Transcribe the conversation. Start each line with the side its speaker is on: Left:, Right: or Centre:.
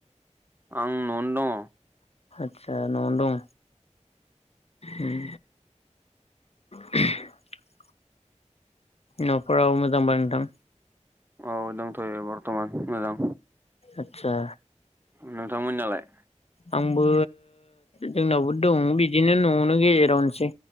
Right: आं न'आवनो दं।
Left: आदसा न'आवनो दं। उम। <unintelligible> न'फोराव मोजांबा नोंथां।
Right: औ दंथ'यो बर थमान मोजां।
Left: आतसा।
Right: नोंथांमोननियालाय?
Left: आंबो जोंनावबो दं बिदिनो न'आवनो गेजेरावनोसै।